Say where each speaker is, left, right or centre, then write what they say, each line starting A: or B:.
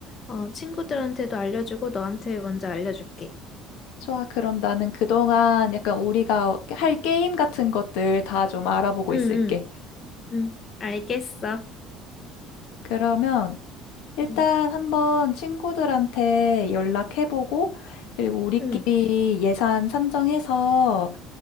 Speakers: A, on the left; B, on the left.
A: 어, 친구들한테도 알려주고 너한테 먼저 알려줄게.
B: 좋아, 그럼 나는 그동안 약간 우리가 할 게임 같은 것들 다 좀 알아보고
A: 응,
B: 있을게.
A: 응, 응. 알겠어.
B: 그러면 일단
A: 응,
B: 한번 친구들한테 연락해보고, 그리고 우리끼리
A: 응,
B: 예산 산정해서